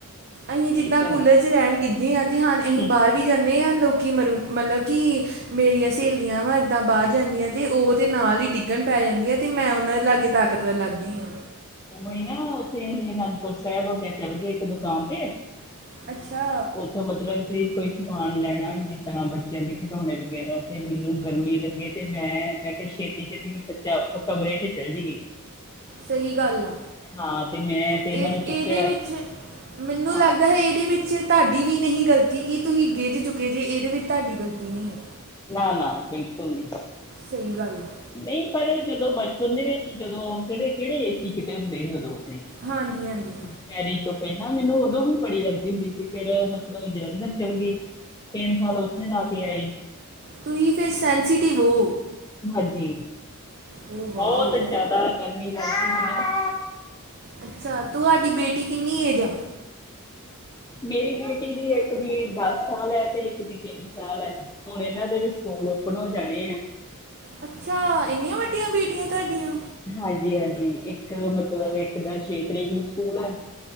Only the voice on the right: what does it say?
ਅਸੀਂ
ਜਿੱਦਾਂ
ਕੂਲਰ 'ਚ ਰਹਿਣ ਗਿੱਜੇ ਹਾਂ ਅਤੇ ਹਾਂ ਅਸੀਂ
ਬਾਹਰ ਵੀ ਜਾਂਦੇ ਹਾਂ ਲੋਕ ਮਰੂ ਮਤਲਬ ਕਿ ਮੇਰੀਆਂ ਸਹੇਲੀਆਂ ਵਾ ਇੱਦਾਂ ਬਾਹਰ ਜਾਂਦੀਆਂ ਤੇ ਉਹ ਤੇ ਨਾਲ ਹੀ ਡਿੱਗਣ ਪੈ ਜਾਂਦੀਆਂ ਤੇ ਮੈਂ ਉਹਨਾਂ ਦੇ ਲਾਗੇ ਤਾਕਤਵਰ ਲੱਗਦੀ ਆ
ਅੱਛਾ।
ਸਹੀ ਗੱਲ ਆ।
ਇਹ
ਇਹਦੇ ਵਿੱਚ ਮੈਨੂੰ
ਲੱਗਦਾ ਹੈ ਇਹਦੇ ਵਿੱਚ ਏਦੇ ਚ ਤੁਹਾਡੀ ਵੀ ਨਹੀਂ ਗ਼ਲਤੀ ਕਿ ਤੁਸੀਂ ਗਿੱਝ ਚੁੱਕੇ ਜੇ ਇਹਦੇ ਵਿੱਚ ਤੁਹਾਡੀ ਗ਼ਲਤੀ ਨਹੀਂ ਹੈ।
ਸਹੀ ਗੱਲ ਐ।
ਹਾਂਜੀ ਹਾਂਜੀ।
ਤੁੂਸੀਤੇ ਫਿਰ ਸੈਨਸੀਟਿਵ ਹੋ।
ਓ ਵਾਓ
ਅੱਛਾ‌‌‌‌, ‌‌‌ਤੂਹਾਡੀ ਬੇਟੀ ਕਿੰਨੀ ਏਜ ਆ।
ਅੱਛਾ ਏਨੀਆਂ ਵੱਡੀਆਂ ਬੇਟੀਆਂ ਤੁਹਾਡੀਆਂ।